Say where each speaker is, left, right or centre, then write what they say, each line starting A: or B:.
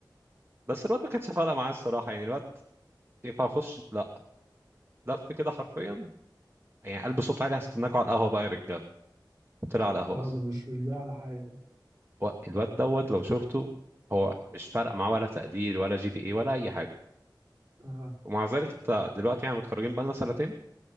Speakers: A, on the right (about 30°); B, on the right (about 50°).
A: بس الواد ما كانتش فارقه معاه الصراحه يعني الواد ينفع اخش لا لف كده حرفيا يعني قلب صوت عالي هستناكوا على القهوه بقى يا رجاله طلع على القهوه
B: اه
A: بس
B: ده مش مش ده على حاجه
A: و- الواد دوت لو شفته هو مش فارق معاه ولا تقدير ولا جي بي اي ولا اي حاجه
B: اه
A: ومع ذلك انت دلوقتي يعني متخرجين بقالنا سنتين